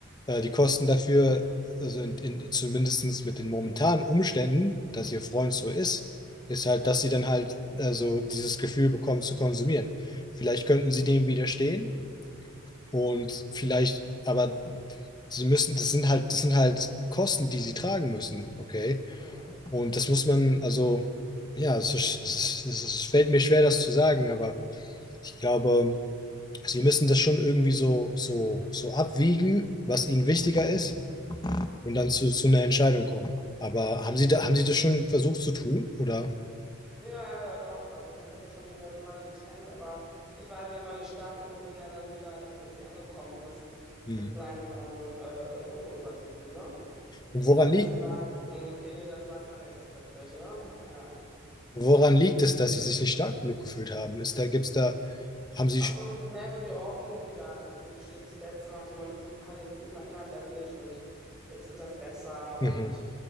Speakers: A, on the left; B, in the centre.
A: äh, die Kosten dafür, also in, in, zumindest mit den momentanen Umständen, dass ihr Freund so ist, ist halt, dass sie dann halt also dieses Gefühl bekommt zu konsumieren. Vielleicht könnten sie dem widerstehen und vielleicht, aber sie müssen, das sind halt, das sind halt Kosten, die sie tragen müssen, okay?
B: Hm.
A: Und das muss man, also, ja, es, ist, es, ist, es ist, es fällt mir schwer, das zu sagen, aber ich glaube, sie müssen das schon irgendwie so, so, so abwiegen, was ihnen wichtiger ist, und dann zu, zu einer Entscheidung kommen. Aber haben sie, da, haben sie das schon versucht zu tun, oder?
B: Ja, ja, ja, doch. Also ich habe mich ja schon diverse Male getrennt, aber ich war dann immer nicht stark genug, wenn er dann wieder dann irgendwie angekommen ist
A: Hm.
B: mit seinen ähm, äh, Rückholversuchen, ne?
A: Und
B: Und
A: woran
B: dann
A: liegt,
B: zu sagen, okay, nee, das war's dann jetzt so wirklich, ne? Ja.
A: woran liegt es, dass sie sich nicht stark genug gefühlt haben? Ist da, gibt's da, haben sie,
B: Ach so, das ist mehr so die Hoffnung, die da, also so, du stirbst zuletzt so nach dem Motto, so, ja, jetzt diesmal erinnert er sich und jetzt wird das besser und
A: mhm.